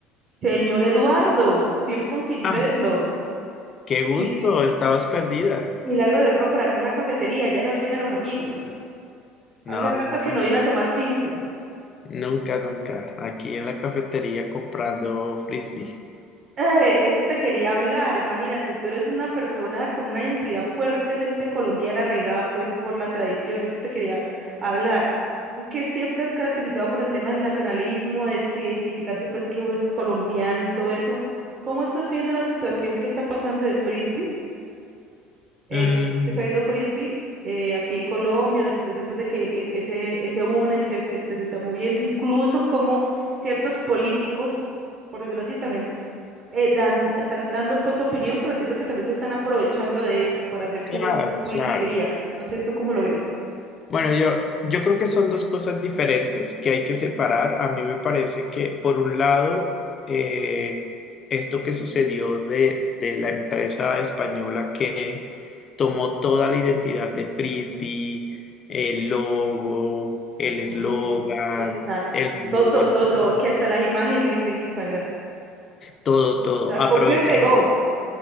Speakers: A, on the right; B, on the left.
A: Señor Eduardo, tiempo sin
B: Ah,
A: verlo.
B: qué gusto,
A: Mi-
B: estabas perdida.
A: Milagro de verlo por acá en la cafetería, ya se olvida de los amigos.
B: No,
A: Hace rato
B: no, no,
A: que no viene a tomar tinto.
B: nunca, nunca. Aquí en la cafetería comprando frisbee.
A: Eh, esto te quería hablar, imagínate, tú eres una persona con una identidad fuertemente colombiana arraigada pues por la tradición, eso te quería hablar. Tú que siempre has caracterizado por el tema del nacionalismo, de identificarse pues que uno es colombiano y todo eso, ¿cómo estás viendo la situación que está pasando de Frisbee? eh,
B: Mm,
A: la situación que está viendo Frisbee eh, aquí en Colombia, la situación pues, de que e- ese, ese boom en que es- este, se está moviendo, incluso como ciertos políticos, por decirlo así, también eh, dan, están dando pues su opinión, pero siento que también se están aprovechando de eso para hacer su,
B: claro,
A: su politiquería.
B: claro.
A: No sé tú cómo lo ves.
B: Bueno, yo, yo creo que son dos cosas diferentes que hay que separar. A mí me parece que, por un lado, eh, esto que sucedió de, de la empresa española que tomó toda la identidad de frisbee, el logo, el eslogan
A: Ajá. Exacto.
B: el menú,
A: Todo,
B: etc.
A: todo, que hasta las imágenes de Instagram. O
B: Todo, todo,
A: sea,
B: aprovechando,
A: copió y pegó.